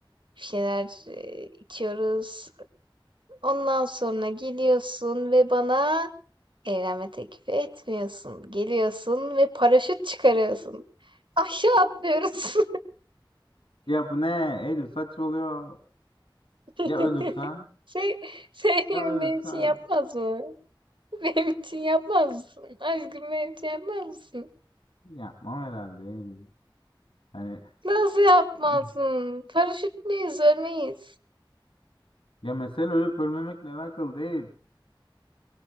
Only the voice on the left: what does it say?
Ya bu ne? Eylül saçmalıyor.
Ya ölürsen?
Ya ölürsen?
Yapmam herhalde Eylül. Hani
<laughs>
ya mesele ölüp ölmemekle alakalı değil. <laughs>